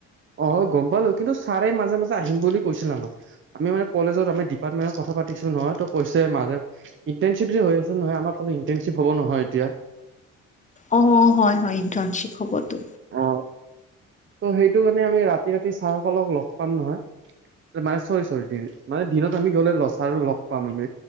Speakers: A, on the right; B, on the left.
A: অ গম পালো কিন্তু ছাৰেই মাজে মাজে আহিম বুলি কৈছিলে আমাক আমি মানে কলেজত আমাৰ ডিপাৰ্টমেন্টৰ ক ক পাছো নহয় ত কৈছে মাজে ইন্টাৰ্ণশ্বিপ যে হৈ আছে নহয় আমাৰ ইন্টাৰ্ণশ্বিপ হব নহয় এতিয়া
B: অ হয় হয় ইন্টাৰ্ণশ্বিপ হবতো
A: অ ত সেইটো কাৰণে আমি ৰাতি ৰাতি ছাৰ সকলক লগ পাম নহয় মানে চৰি চৰি দিন মানে দিনত আমি গলে লচাৰ লগ পাম আমি